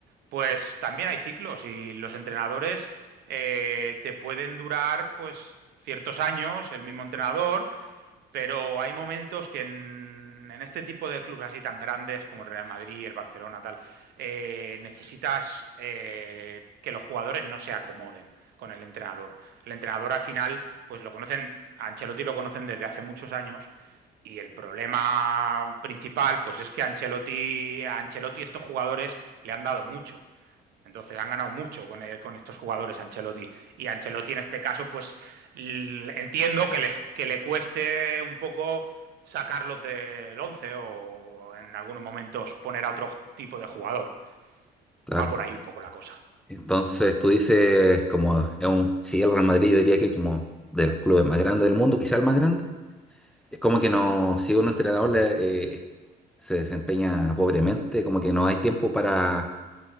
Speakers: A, on the right; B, in the centre.
A: pues también hay ciclos. Y los entrenadores eh, te pueden durar, pues, ciertos años, el mismo entrenador, pero hay momentos que en, en, este tipo de clubes así tan grandes como el Real Madrid, el Barcelona, tal, eh, necesitas eh, que los jugadores no se acomoden con el entrenador. El entrenador al final, pues lo conocen, a Ancelotti lo conocen desde hace muchos años y el problema principal, pues es que a Ancelotti, a Ancelotti estos jugadores le han dado mucho. Entonces han ganado mucho con, eh, con estos jugadores Ancelotti. Y Ancelotti en este caso, pues entiendo que le, que le cueste un poco sacarlos del 11 o en algunos momentos poner a otro tipo de jugador.
B: claro.
A: Va por ahí un poco la cosa.
B: Entonces tú dices, como es un, si el Real Madrid, yo diría que como de los clubes más grandes del mundo, quizás el más grande Es como que no, si un entrenador le, eh, se desempeña pobremente, como que no hay tiempo para,